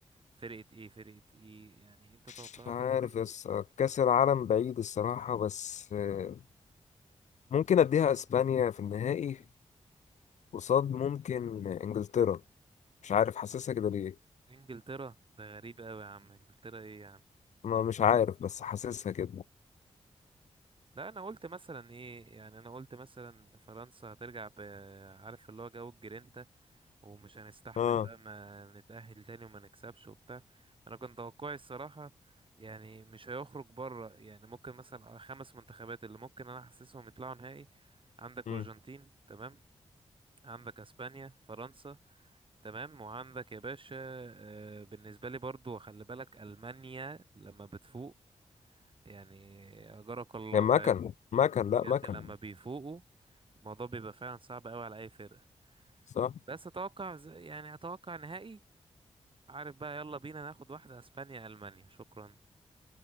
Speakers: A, on the right (about 45°); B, on the left (about 75°).
A: فرقة ايه فرقة ايه يعني انت توقعاتك
B: مش عارف
A: كده ايه
B: يس
A: تاني
B: كأس العالم بعيد الصراحة بس آه، ممكن أديها أسبانيا في النهائي قصاد ممكن انجلترا مش عارف حاسسها كده ليه
A: انجلترا ده غريب قوي يا عم انجلترا ايه يا عم
B: ما مش عارف بس حاسسها كده
A: لا انا قلت مثلا ايه يعني انا قلت مثلا فرنسا هترجع ب عارف اللي هو جو الجرينتا ومش هنستحمل
B: اه
A: بقى ما نتأهل تاني وما نكسبش وبتاع انا كان توقعي الصراحة يعني مش هيخرج بره يعني ممكن مثلا آه، خمس منتخبات اللي ممكن انا احسسهم يطلعوا نهائي عندك
B: امم
A: ارجنتين تمام عندك اسبانيا فرنسا تمام وعندك يا باشا آه، بالنسبة لي برضو خلي بالك ألمانيا لما بتفوق يعني أجرك الله
B: هي مكن
A: فاهم يعني
B: مكن لا
A: بجد
B: مكن
A: لما بيفوقوا الموضوع بيبقى فعلا صعب قوي على أي فرقة
B: صح
A: بس أتوقع ز- يعني أتوقع نهائي عارف بقى يلا بينا ناخد واحدة اسبانيا المانيا شكرا